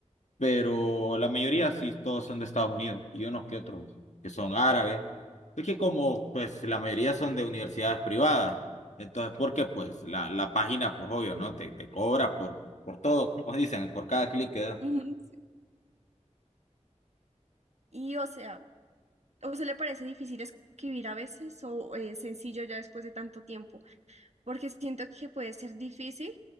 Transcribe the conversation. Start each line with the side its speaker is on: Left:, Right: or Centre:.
Left: pero la mayoría sí, todos son de Estados Unidos y unos que otros que son árabes. Es que como pues la mayoría son de universidades privadas, entonces porque pues la, la página pues obvio, ¿no? Te, te cobra por, por todo, <laughs> como dicen, por cada clic que das.
Right: ujú. sí. Y o sea, ¿O se le parece difícil escribir a veces o es sencillo ya después de tanto tiempo? Porque siento que puede ser difícil